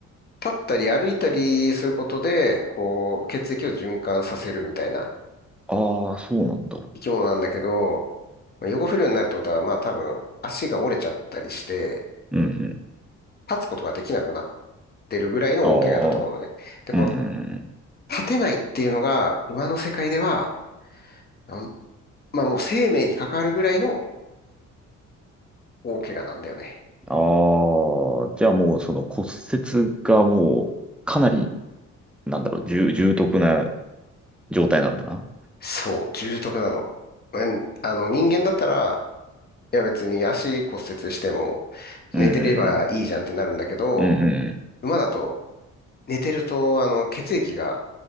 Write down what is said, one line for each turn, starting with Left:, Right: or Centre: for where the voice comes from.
Left: 立ったり歩いたりすることで、こう、血液を循環させるみたいな
Centre: ん。ああ、そうなんだ。
Left: 生き物なんだけど、まあ養護不良になるってことは、まあ多分足が折れちゃったりして、
Centre: うんうん。
Left: 立つことができなくなってるぐらいの大怪我だと思うのね。
Centre: ああ、
Left: で、この
Centre: うんうん
Left: 立てないっていうのが、馬の世界では、あまあもう生命に関わるぐらいの大怪我なんだよね。
Centre: うん。ああ、じゃあもうその骨折がもうかなり、なんだろう、重、重篤な状態なんだな。
Left: そう、重篤なの。うんあの、人間だったら、いや別に足骨折しても、
Centre: うんう
Left: 寝てればいいじゃんってなるんだけど、
Centre: んうん。うんうん。
Left: 馬だと、寝てると、あの、血液が